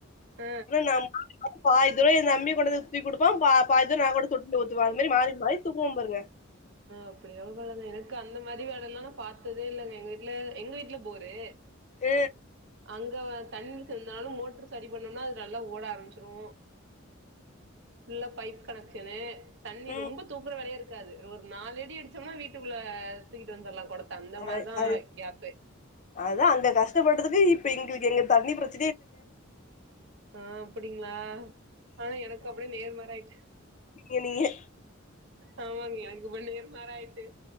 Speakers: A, on the right; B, on the left.
A: ஹ
B: நம் பாதி தூர என் தம்பி கொண்டு வந்து தூக்கி குடுப்பா பாதி தூரம் நா கொண்டு தொட்டில ஊத்துவ அது மாரி மாரி தூக்குவ பாருங்க
A: அப்படியே வளந்தவதாங் க எனக்கு அந்த மாதிரி வேலைல்லா நா பாத்ததே இல்லங்க எங்க வீட்ல எங்க வீட்ல போரு
B: அ
A: அங்க தண்ணி <unintelligible> மோட்டரு சரி பண்ணோம்னா அது நல்லா ஓட ஆரம்பச்சிரு ஃபுல்லா பைப் கனெக்சனு தண்ணி
B: ம்
A: ரொம்ப தூக்குற வேலையே இருக்காது ஒரு நாலு அடி அடிச்சோம்னா வீட்டுக்குள்ள தூக்கிட்டு வந்துர்லா இப்ப அந்த
B: அ
A: மாரிதா
B: அது
A: கேப்பே
B: அதா அங்க கஷ்டப்பட்டதுக்கு இப்ப எங்களுக்கு எங்க தண்ணி பிரச்
A: அ அப்டிங்ளா ஆனா எனக்கு அப்படியே நேர் மாறா ஆய்ட்டு
B: குனிய
A: ஆமாங்க எனக்கு இப்ப நேருமாறாயிட்டு